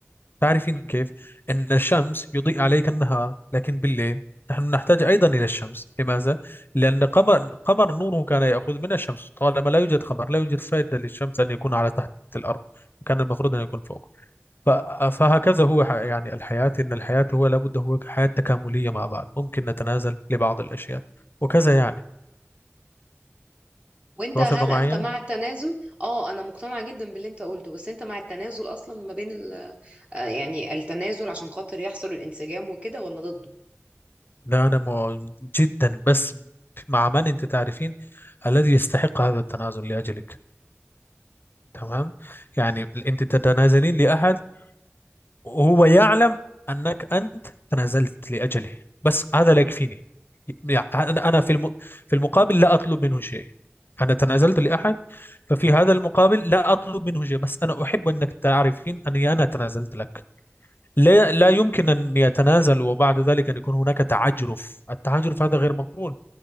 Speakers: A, on the left (about 50°); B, on the right (about 25°).
A: تعرفين كيف أن الشمس يضيء عليك النهار لكن بالليل نحن نحتاج أيضا إلى الشمس لماذا؟ لأن قمر, قمر نوره كان يأخذ من الشمس طالما لا يوجد قمر لا يوجد فائدة للشمس أن يكون على تحت الأرض كان المفروض أن يكون فوق ف- فهكذا هو ح- يعني الحياة إن الحياة هو لابد هو حياة تكاملية مع بعض ممكن نتنازل لبعض الأشياء وكذا يعني
B: وانت
A: توافق
B: هل
A: معي؟
B: انت مع التنازل اه انا مقتنعه جدا باللي انت قلته بس انت مع التنازل اصلا ما بين ال... آه، يعني التنازل عشان خاطر يحصل الانسجام وكده ولا ضده
A: لا أنا مع- جدا بس مع من أنت تعرفين الذي يستحق هذا التنازل لأجلك تمام يعني أنت تتنازلين لأحد وهو يعلم أنك أنت تنازلت لأجله بس هذا لا يكفيني يعني أنا أنا في الم... في المقابل لا أطلب منه شيء أنا تنازلت
B: مم.
A: لأحد ففي هذا المقابل لا أطلب منه شيء بس أنا أحب أنك تعرفين أني أنا تنازلت لك لا لا يمكن أن يتنازل وبعد ذلك أن يكون هناك تعجرف التعجرف هذا غير مقبول